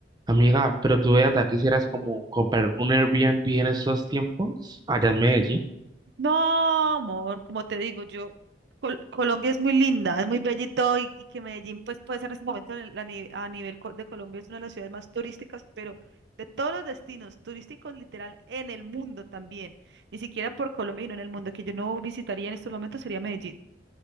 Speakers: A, on the right (about 20°); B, on the right (about 70°).
A: Amiga, pero tú veas, de aquí quisieras como comprar un Airbnb en estos tiempos, allá en Medellín,
B: No, amor, como te digo, yo, Col- Colombia es muy linda, es muy bella y todo, y, y que Medellín pues puede ser en este momento en el- a, ni- a nivel co- de Colombia es una de las ciudades más turísticas, pero de todos los destinos turísticos literal en el mundo también, ni siquiera por Colombia, sino en el mundo, que yo no visitaría en estos momentos sería Medellín